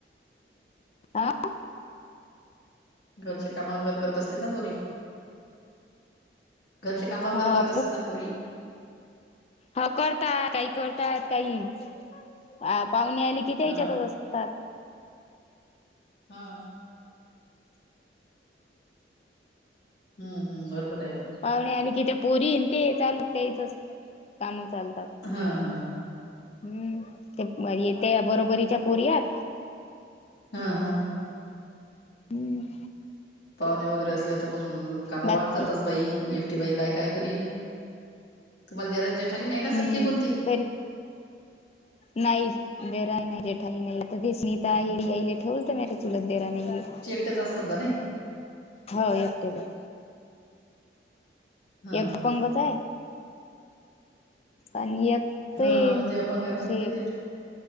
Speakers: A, on the left (about 35°); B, on the left (about 70°).
A: आं
B: घरचे काम वगैरे करत असतील ना पोरी घरचे काम वगैरे
A: हा
B: करत असतील ना पुरी
A: हो करता काही करतात काही अ पाहुणे आले कि त्या
B: हा
A: त्यांच्यातच असतात
B: हा हम्म हम् बरोबर आहे ना
A: पाहुणे आले की ते पोरीन ते चालू त्याच कामं चालतात
B: हा हा
A: हम्म ते येते बरोबरीच्या पोरीयात
B: हा हा
A: हम्म
B: पाहुणे वगैरे असले तर मग काम
A: बाकी
B: वाढतातच बाई एकटी बाई काय काय करील तुम्हाला देरा खली नाही ना
A: हम्म
B: सख्खी होती.
A: तरी नाही देराही नाही जेठाही नाही आता ते स्नीता हरीई
B: हा.
A: ठेवल तर मे चुलत देरा नाही.
B: तिथ असल का नाय-
A: हो एकट ब
B: हा
A: एकपंगत
B: हा
A: हाय आणि एक ते
B: हा हो ना अपंग आहेत
A: असे
B: ना तुमचे देर